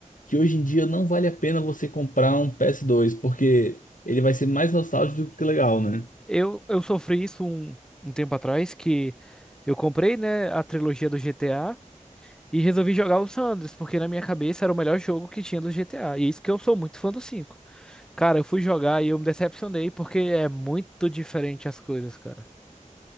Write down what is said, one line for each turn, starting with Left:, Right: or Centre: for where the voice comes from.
Left: que hoje em dia não vale a pena você comprar um PS2, porque ele vai ser mais nostálgico do que legal, né?
Centre: Eu, eu sofri isso um, um tempo atrás, que eu comprei, né, a trilogia do GTA. E resolvi jogar o San Andreas, porque na minha cabeça era o melhor jogo que tinha do GTA. E é isso que eu sou muito fã do cinco Cara, eu fui jogar e eu me decepcionei, porque é muito diferente as coisas, cara.